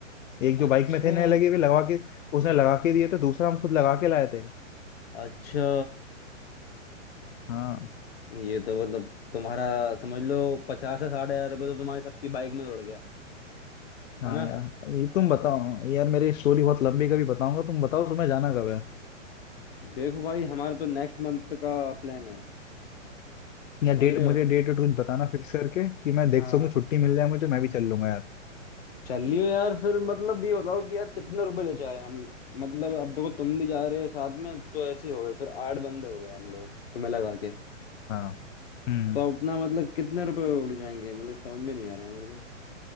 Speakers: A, on the left; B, on the left.
A: एक जो
B: अच्छा
A: बाइक में थे नए लगे हुए लगा के उसने लगा के दिए थे दूसरा हम खुद लगा के लाए थे
B: अच्छा
A: हाँ
B: ये तो मतलब तुम्हारा समझ लो पचास से साठ हजार रुपये तो तुम्हारी सबकी बाइक में उड़ गया
A: हाँ
B: है ना
A: यार ये तुम बताओ यार मेरी स्टोरी बहुत लंबी है, कभी बताऊंगा तुम बताओ तुम्हें जाना कब है
B: देखो भाई हमारा तो नेक्स्ट मंथ का प्लान है
A: या
B: समझ
A: डेट
B: रहे हो
A: मुझे डेट कुछ बताना फिक्स करके कि मैं देख
B: हाँ
A: सकूं छुट्टी मिल जाए मुझे तो मैं भी चल लूंगा यार
B: चल लियो यार फिर मतलब ये बताओ कि यार कितने रुपए ले जाए हम मतलब अब देखो तुम भी जा रहे हो साथ में तो ऐसे ही हो गए फिर आठ बंदे हो गए हम लोग तुम्हें लगा के
A: हाँ हम्म
B: तो अपना मतलब कितने रुपए उड़ जाएंगे मतलब समझ में नहीं आ रहा है मेरे को